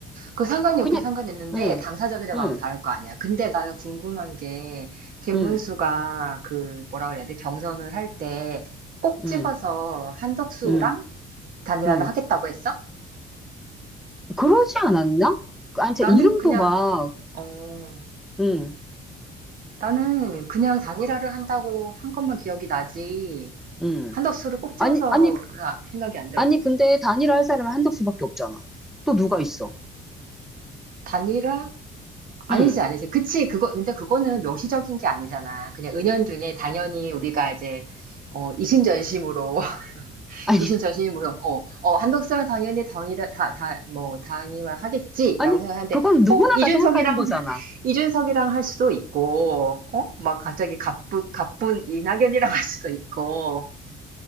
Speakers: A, on the right (about 55°); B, in the centre.
A: 그 상관이 없긴
B: 그냥,
A: 상관있는데
B: 응,
A: 당사자들의
B: 응,
A: 마음이 다를 거 아니야. 근데 나는 궁금한 게 김문수가
B: 응,
A: 그 뭐라 그래야 돼? 경선을 할 때 꼭 찍어서
B: 응,
A: 한덕수랑
B: 응.
A: 단일화를
B: 응.
A: 하겠다고 했어?
B: 그러지 않았나? 아니, 저
A: 나는
B: 이름도
A: 그냥
B: 막,
A: 어
B: 응,
A: 나는 그냥 단일화를 한다고 한 것만 기억이 나지
B: 응.
A: 한덕수를 꼭 찍어서
B: 아니, 아니,
A: 나- 생각이 안 들었거든.
B: 아니, 근데 단일화 할 사람은 한덕수밖에 없잖아. 또 누가 있어?
A: 단일화? 아니지,
B: 응.
A: 아니지. 그치, 그거, 근데 그거는 명시적인 게 아니잖아. 그냥 은연중에 당연히 우리가 이제, 어, 이심전심으로
B: 아니,
A: 이신 저신이 뭐요? 어, 어 한덕수랑 당연히 당이라 다다뭐 당이만 하겠지라고
B: 아니,
A: 생각하는데
B: 그건 누구나
A: 꼭 이준석이랑
B: 다 생각하는 거잖아.
A: <laughs> 이준석이랑 할 수도 있고 어막 갑자기 가쁜 가쁜 이낙연이랑 할 수도 있고